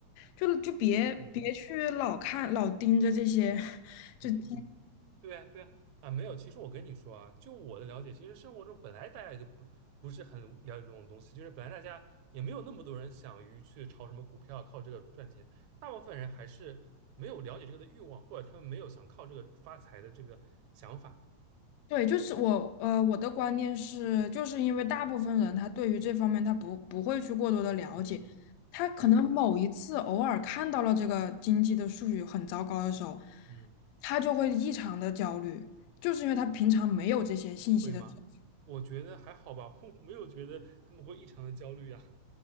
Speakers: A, on the left; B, on the right.
A: 就就别别去老看老盯着这些
B: 嗯
A: <laughs>
B: 嗯嗯，嗯对呀对呀啊，没有。其实我跟你说啊，就我的了解，其实生活中本来大家也都不不是很了解这种东西，就是本来大家也没有那么多人想于去炒什么股票靠这个赚钱，大部分人还是没有了解这个的欲望，或者他们没有想靠这个发财的这个想法。
A: 对，就是我，呃，我的观念是，就是因为大部分人他对于这方面他不不会去过多的了解，
B: 嗯，
A: 他可能某一次偶尔看到了这个经济的数据很糟糕的时候，
B: 对，嗯，
A: 他就会异常的焦虑，就是因为他平常没有这些信息的时候。
B: 会吗？我觉得还好吧，<laughs> 我没有觉得他们会异常的焦虑啊。